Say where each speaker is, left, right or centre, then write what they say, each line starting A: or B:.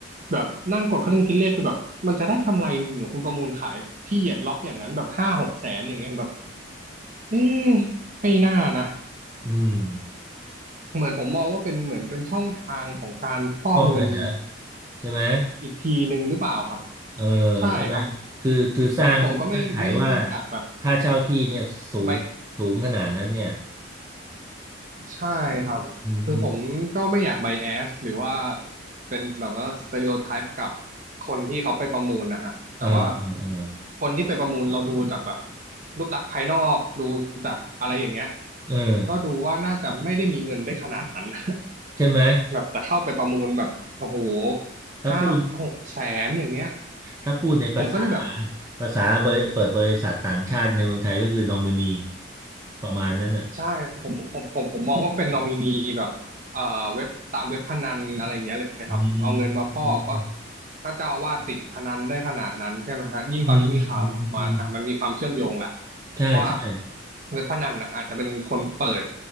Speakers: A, on the right (about 40°); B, on the right (about 15°).
A: แบบนั่งกดเครื่องคิดเลขคือแบบมันจะได้กำไรจริงๆเหรอคุณประมูลขายที่อย่างล็อกอย่างนั้นแบบห้าหกแสนอย่างเงี้ยผมแบบเอ๊ะไม่น่านะ
B: อืม
A: เหมือนผมมองว่าเป็นเหมือนเป็นช่องทางของการฟอกเงิน
B: ฟอกเงินเหรอใช่ไหม
A: อีกทีหนึ่งหรือเปล่าครับ
B: เออ
A: ใช่ครับ
B: ใช่ไหมคือคือสร้างเงื่อนไขว่า
A: ผมก็ไม่ไม่ไม่อยากแบบ
B: ค่าเช่าที่เนี่ยสูงสูงขนาดนั้นเนี่ย
A: ไป ใช่ครับคือผมก็ไม่อยากไบแอสหรือว่า
B: อืมอืม
A: เป็นแบบว่าสเต r ร o t โอไทป์กับคนที่เขาไปประมูลนะฮะแต่ว่า
B: เออเออเออ
A: คนที่ไปประมูลเราดูจากแบบรูปลักษณ์ภายนอกดูจากอะไรอย่างเงี้ย
B: เออ
A: ก็ดูว่าน่าจะไม่ได้มีเงินได้ขนาดนั้น
B: ใช่ไหม
A: <laughs> แบบแต่เข้าไปประมูลแบบโอ้โห
B: ถ้าพูด
A: ห้าหกแสนอย่างเงี้ย
B: ถ้าพูดในภาษา
A: ผมก็เลยแบบ
B: ภาษาบริเปิดบริษัทต่างชาติในเมืองไทยก็คือนอมินีประมาณนั้นน่ะ
A: ใช่ผมผมผมผมมองว่าเป็นนอมินีแบบเอ่อเว็บตามเว็บพนันอะไรอย่างเงี้ยเลยครับเอาเงินมาฟอกเพราะ
B: อืมอืมอืมอื
A: ถ้าเจ้าอาวาสติดพนันได้ขนาดนั้นใช่ไหมฮะยิ่งตอนนี้มีข่าวมาอ่ะมันมีความเชื่อมโยงละ
B: มอืมอืมอืมอืมใช่ใช่
A: ว่าเว็บพนันน่ะอาจจะเป็นคนเปิด